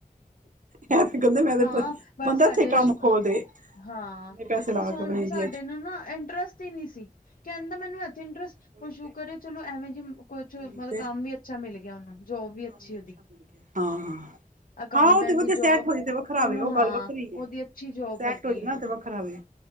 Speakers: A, on the right; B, on the left.
A: ਇਹ ਤੇ ਕਹਿੰਦੇ ਮੈਂ ਤੇ
B: ਹਾ ਪਰ
A: ਬੰਦਾ
B: ਸਾਡੇ
A: ਇੱਥੇ ਕੰਮ
B: ਸ਼ਿਗਾ
A: ਖੋਲ ਦੇ
B: ਹਾਂ
A: ਇੰਨੇ ਪੈਸੇ
B: ਪਰ
A: ਲਾ
B: ਸੁਨ
A: ਕੇ ਆਪਣੇ ਇੰਡੀਆ
B: ਸਾਡੇ
A: ਚ
B: ਨਾ ਨਾ ਏੰਟਰੇਸਟ। ਨੀ ਸੀ ਕਹਿੰਦਾ ਮੈਨੂੰ ਇੱਥੇ ਇੰਟਰਸਟ
A: ਉਹੀ
B: ਹੁ ਸ਼ੁਕਰ
A: ਤੇ
B: ਚਲੋ ਐਵੇਂ ਜੀ ਕੁੱਛ ਮਤਲਬ
A: ਉਹੀ ਤੇ
B: ਕੰਮ ਵੀ। ਅੱਛਾ ਮਿਲ ਗਿਆ ਉਹਨਾਂ ਨੂੰ ਜੋਬ
A: ਕੰਮ
B: ਵੀ ਅੱਛੀ ਉਹਦੀ।
A: ਅੱਛਾ ਹਾਂ।
B: ਅਕਾਊਂਟੈਂਟ
A: ਹਾਂ ਉਹ ਤੇ ਉਹ
B: ਦੀ
A: ਤੇ ਸੈੱਟ
B: ਜੋਬ
A: ਹੋ ਜਾਏ ਤੇ ਵੱਖਰਾ
B: ਉਹਨੂੰ
A: ਹੋਵੇ ਉਹ
B: ਹਾਂ
A: ਗੱਲ ਵੱਖਰੀ
B: ਉਹਦੀ ਅੱਛੀ ਜੋਬ
A: ਸੈੱਟ
B: ਹੈਗੀ
A: ਹੋ ਜੇ
B: ਹੈ
A: ਨਾ ਤੇ ਵੱਖਰਾ ਵੇ।